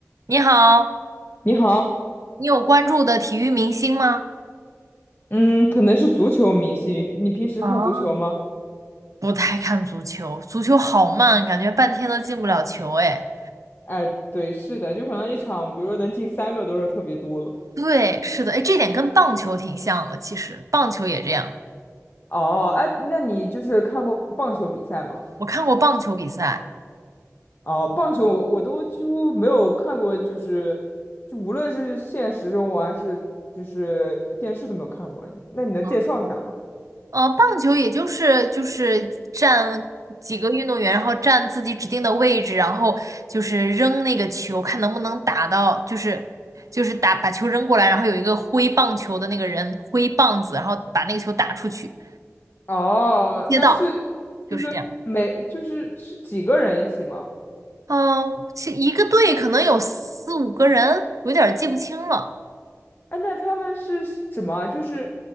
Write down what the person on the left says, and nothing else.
你好，
嗯，可能是足球明星。你平时看足球吗？
哎，对，是的，就可能一场，比如说能进三个都是特别多了。
哦，哎，那你就是看过棒球比赛吗？
哦，棒球我我都几乎没有看过，就是就无论是现实生活还是就是电视都没有看过。那你能介绍一下吗？
哦，
那是就是每就是是几个人一起吗？
哎，那他们是什么啊就是